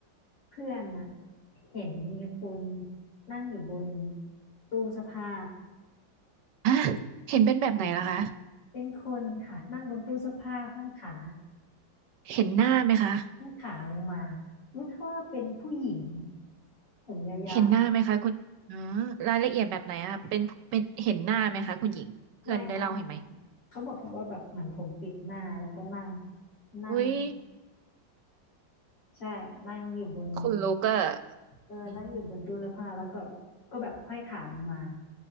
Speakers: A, on the left (about 70°); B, on the right (about 70°).
A: เพื่อนน่ะเห็นมีคนนั่งอยู่บนตู้เสื้อผ้า
B: อ่ะเห็นเป็นแบบไหนล่ะคะ
A: เป็นคนค่ะนั่งบนตู้เสื้อผ้าห้อยขา
B: เห็นหน้าไหมคะ
A: ห้อยขาลงมารู้เท่าว่าเป็นผู้หญิงผมยาว
B: เห็นหน้าไหมคะคุณอ๋อรายละเอียดแบบไหนอะคะเป็นเป็นเห็นหน้าไหมคะคุณหญิงเพื่อนได้เล่าเห็นไหม
A: ๆไม่ไม่ไม่ค่ะเขาบอกแค่ว่าแบบเหมือนผมปิดหน้าแล้วก็นั่งนั่ง
B: อุ้ย
A: ใช่นั่งอยู่บน
B: คนลูกอะ
A: เออนั่งอยู่บนตู้เสื้อผ้าแล้วก็แบบก็แบบห้อยขาลงมา
B: อืม